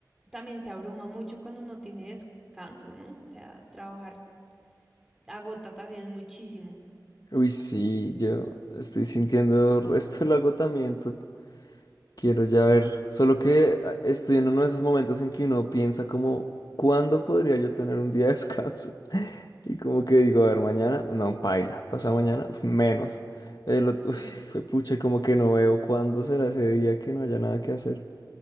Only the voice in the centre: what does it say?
también se abruma mucho cuando no tiene descanso, ¿no? O sea, trabajar agota también muchísimo.
Sí.